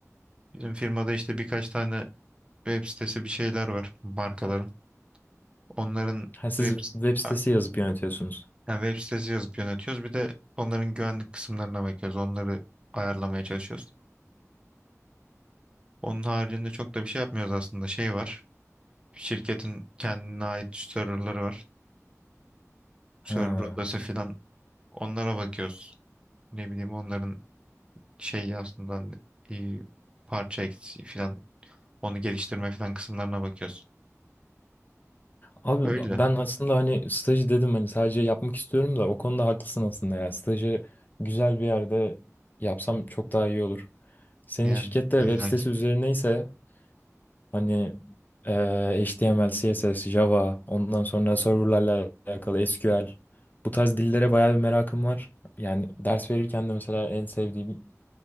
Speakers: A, on the right; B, on the left.
A: Bizim firmada işte birkaç tane web sitesi bir şeyler var markaların. Onların
B: Ha, siz
A: web,
B: web sitesi
A: a-
B: yazıp yönetiyorsunuz.
A: yani web sitesi yazıp yönetiyoruz. Bir de onların güvenlik kısımlarına bakıyoruz. Onları ayarlamaya çalışıyoruz. Onun haricinde çok da bir şey yapmıyoruz aslında. Şey var. Şirketin kendine ait serverları var. Server
B: Ha.
A: odası filan onlara bakıyoruz. Ne bileyim onların şey aslında e, parça eksiği falan onu geliştirme falan kısımlarına bakıyorsun.
B: Abi
A: Öyle.
B: ben aslında hani stajı dedim hani sadece yapmak istiyorum da o konuda haklısın aslında ya. Stajı güzel bir yerde yapsam çok daha iyi olur. Senin
A: Yani
B: şirkette
A: illaki.
B: web sitesi üzerineyse Hani eee HTML, CSS, Java, ondan sonra serverlarla alakalı SQL. Bu tarz dillere bayağı bir merakım var. Yani ders verirken de mesela en sevdiğim